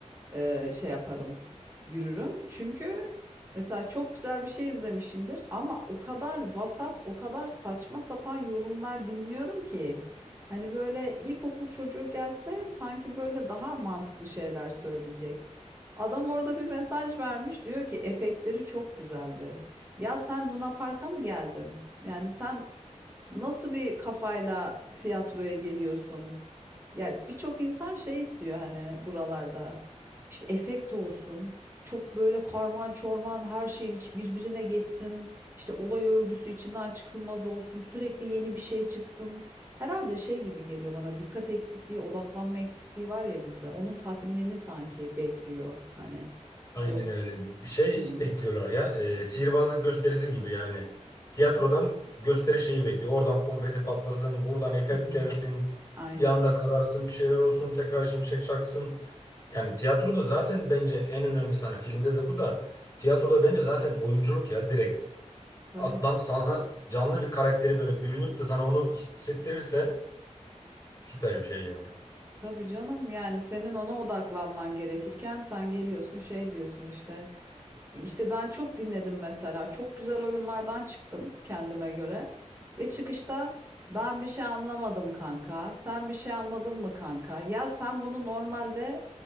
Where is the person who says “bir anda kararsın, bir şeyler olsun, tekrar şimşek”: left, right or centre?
Left